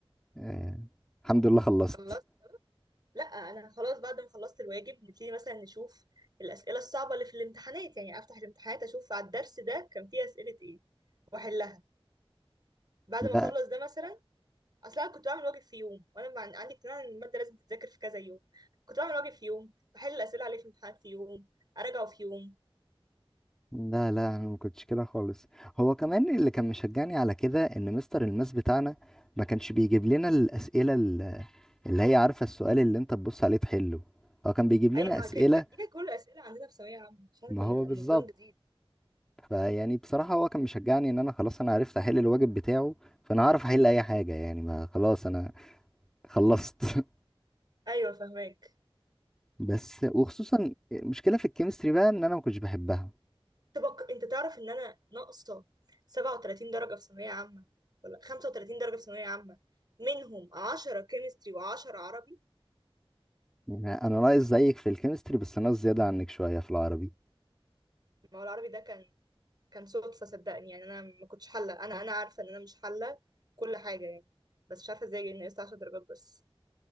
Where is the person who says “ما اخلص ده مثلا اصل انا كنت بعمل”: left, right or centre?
Right